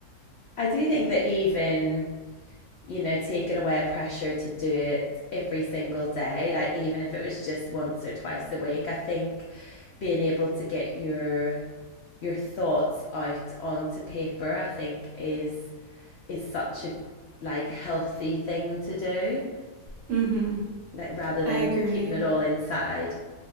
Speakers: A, on the left (about 75°); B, on the right (about 60°).
A: I do think that even, you know, taking away a pressure to do it every single day, like even if it was just once or twice a week, I think being able to get your your thoughts out onto paper, I think is is such a like healthy thing to do,
B: hmm
A: like rather
B: I
A: than
B: agree.
A: keeping it all inside.